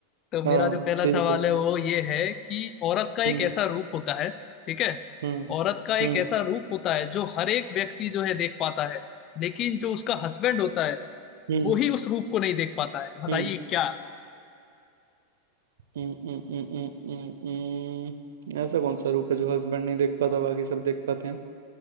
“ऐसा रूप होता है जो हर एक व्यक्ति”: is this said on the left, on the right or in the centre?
Left